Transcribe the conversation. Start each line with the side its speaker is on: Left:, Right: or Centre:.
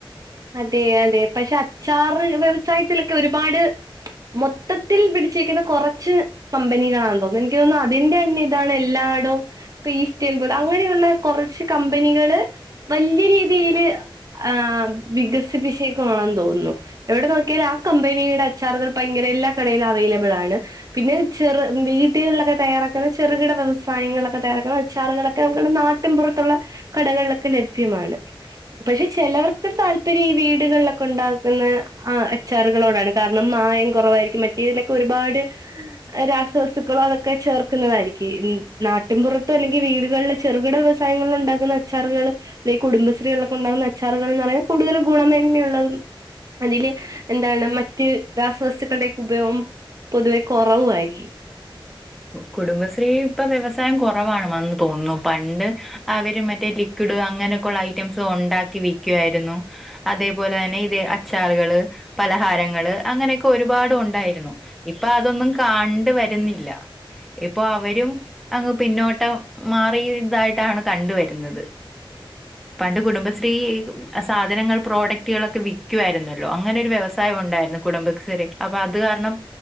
Right: അതെ അതെ പക്ഷെ അച്ചാറ് വ്യവസായത്തിലൊക്കെ ഒരുപാട് മൊത്തത്തിൽ പിടിച്ചിരിക്കുന്ന കൊറച്ച് കമ്പനികളാ തോന്നു എനിക്ക് തോന്നുഅതിന്റെന്നെതാണ് എല്ലാ <unintelligible> അങ്ങനെയുള്ള കൊറച്ച് കമ്പനികള് വല്ല്യരീതീല് ആ വികസിപ്പിച്ചേക്കു ആണെന്ന് തോന്നുന്നു എവിടെ നോക്കിയാൽ ആ കമ്പനിയിലെ അച്ചാറുകൾ ഭയങ്കര എല്ലാ കടയിലും അവ ലബ്ളാണ് പിന്നെ ചെറ വീട്ടിലുള്ളത് തയ്യാറാക്ണ ചെറുകിട വ്യവസായങ്ങളൊക്കെ തയ്യാറക്ണ അച്ചാ റ്കളൊക്കെ നാട്ടിൻപുറത്തുള്ള കടകൾലൊക്കെ ലഭ്യമാണ് പക്ഷെ ചെലർക്ക്‌ താൽ പ്പരീ ഈ വീടുകൾലൊക്കണ്ടാക്കുന്ന ആ അച്ചാറുകളോടാണ് കാരണം മായം കുറവായിരിക്കും മറ്റേതിലൊക്കെ ഒരു രുപാട് രാസവസ്തുക്കളോ അതൊക്കെ ചേർക്കുന്നതായിരിക്കും നാട്ടിൻപുറത്ത് അല്ലെങ്കി വീട് കള് ചെറുകിട വ്യവസായങ്ങള്ണ്ടാക്കുന്ന അച്ചാറുകളൊക്കെ കുടുംബശ്രീകൾക്കെണ്ടാകുന്ന അച്ചറുകൾ ന്ന് പറയുന്നത് കൂടുതൽ ഗുണമേന്മയുള്ളതും അതില് എന്താണ് മറ്റ് രാസവസ്തുക്കളുടെക്കെ ഉപയോഗം പൊതുവെ കുറവായിരി
Centre: കുടുംബശ്രീ ഇപ്പ വ്യവസായം കൊറവാണ് മന്ന് തോന്നുന്നു പണ്ട് അവര് മറ്റേ ലിക്വിഡ് ഇപ്പ അങ്ങനെക്കൊള്ള ഐറ്റംസ് ഒണ്ടാക്കി വിക്കു ആയിരുന്നു അതേ പോലെന്നെ ഇത് അച്ചാറുകള് പലഹാരങ്ങള് അങ്ങനേക്ക ഒരു ഒരുപാട് ഒണ്ടായിരുന്നു ഇപ്പൊ അതൊന്നും കാണ്ട്‌ വരുന്നില്ല ഇപ്പൊ അവരും അങ്ങ് പിന്നോട്ട് മാറിയതായിട്ടാണ് അവിട കണ്ടുവരുന്നത് പണ്ട് കുടുംബശ്രീ അ സാധനങ്ങൾ പ്രോഡക്റ്റുകളൊക്കെ വിക്കുവായിരുന്നല്ലോ അങ്ങനെ ഒരു വ്യവസായ ഒണ്ടായിരുന്നു കുടുംബശ്രീ അപ്പ അത് കാരണം